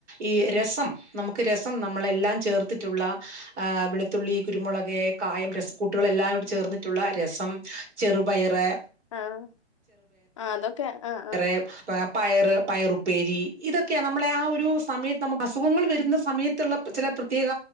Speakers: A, on the right (about 75°); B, on the left (about 30°).
A: ഈ രസം നമുക്ക് രസം നമ്മളെല്ലാം ചേർത്തിട്ടുള്ള് വെളുത്തുള്ളി കുരുമുളക്െ കായം രസ കുട്ടികളെല്ലാം കോ ചേർന്നിട്ടുള്ള രസം ചെറുപയറ്
B: ആഹ ആ അതൊക്കെ ആ ആ
A: വറെ പയറ് പയറുപ്പേരി ഇതൊക്കെയ നമ്മളെ ആ ഒരു സമയത്ത് നമുക്ക് അസുഖങ്ങൾ വരുന്ന സമയത്തുള്ള ചില പ്രത്യേക